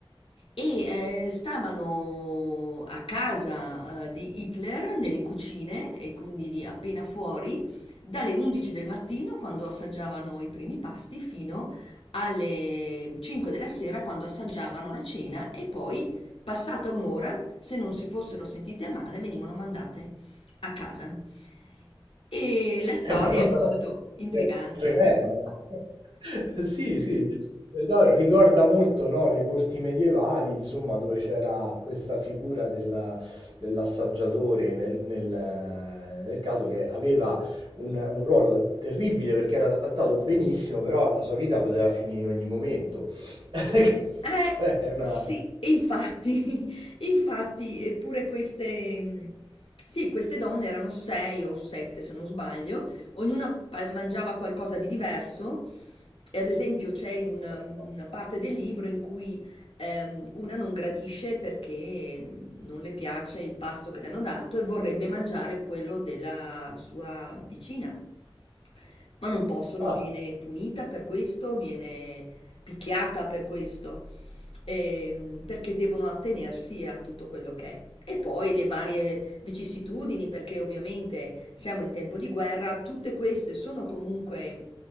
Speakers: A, on the left; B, on the right.
A: e eh, stavano a casa eh, di Hitler nelle cucine e quindi lì appena fuori dalle 11 del mattino quando assaggiavano i primi pasti fino alle 5 della sera quando assaggiavano la cena e poi passata un'ora, se non si fossero sentite male, venivano mandate a casa. E
B: È
A: la storia
B: una cosa
A: è molto intrigante.
B: tre tremenda.
A: <laughs> Di-
B: <laughs> Sì, sì, no, ricorda molto, no, le corti medievali, insomma, dove c'era questa figura del- dell'assaggiatore nel, nel- nel caso che aveva un, un ruolo terribile perché era trattato benissimo, però la sua vita poteva finire in ogni momento. <laughs>
A: Eh,
B: Cioè, è una...
A: sì, e infatti, <laughs> infatti, eppure queste, mh, sì, queste donne erano sei o sette, se non sbaglio, ognuna pa- mangiava qualcosa di diverso. E ad esempio c'è in una,
B: <laughs>
A: una parte del libro in cui ehm, una non gradisce perché mm, non le piace il pasto che le hanno dato e vorrebbe mangiare quello della sua vicina. Ma non possono,
B: Ah,
A: viene punita per questo, viene picchiata per questo, ehm, perché devono attenersi a tutto quello che è. E poi le varie vicissitudini, perché ovviamente siamo in tempo di guerra, tutte queste sono comunque